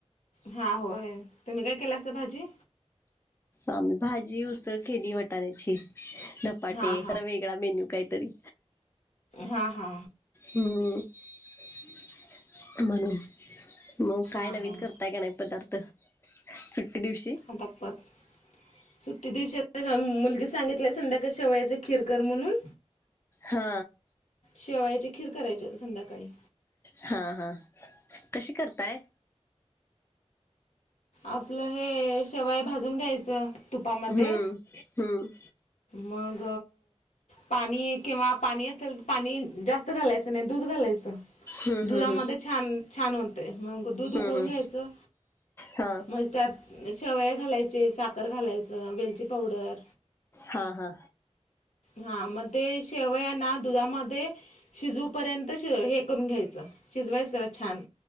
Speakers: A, on the left; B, on the left.
A: हा होय तुम्ही काय केलं अस भाजी
B: आ मी भाजी उसळ केली वटाण्याची पाटे
A: हां
B: ह वेगळा मेन्यू काहीतरी
A: हा हा
B: हम्म म्हणून मग काय
A: हां
B: नवीन
A: हां
B: करताय का नाही पदार्थ सुट्टी दिवशी
A: आतापत सुट्टी दिवशी मुलगी सांगितल्या संध्याकाळी श वळ्याचे खिरकर म्हणून
B: हा
A: शेवायाची खीर करायची होता संध्याकाळी
B: हा हा कशी करताय
A: आपलं हे शेवाय भाजून घ्यायचं तुपामध्ये
B: हम् हम
A: मग पाणी किंवा पाणी असेल तर पाणी जास्त घालायचं त्या दूध घालायचं
B: हम्म
A: दुधामध्ये
B: हम्म हम्म
A: छान छान होते मग दूध
B: हम्म
A: उकळून
B: हम्म
A: घ्यायचं
B: हा
A: म्हणजे त्यात शेवया घालायचे साखर घालायचं वेलची पावडर
B: हा हा
A: हा मग ते शेव आहे ना दुधामध्ये शिजवू पर्यंत हे करून घ्यायचं शिजवायचं त्याला छान